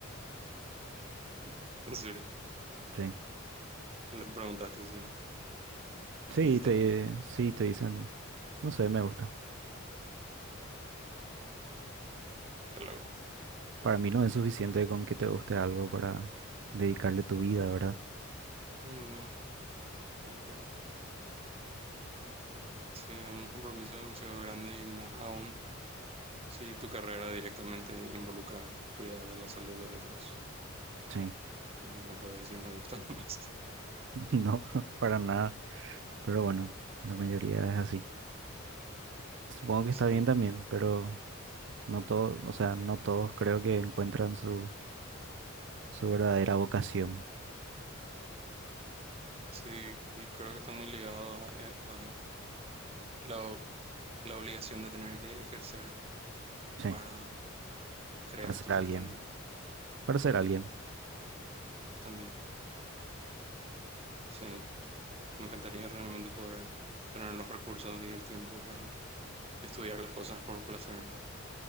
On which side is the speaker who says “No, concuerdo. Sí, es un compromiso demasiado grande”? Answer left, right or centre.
Right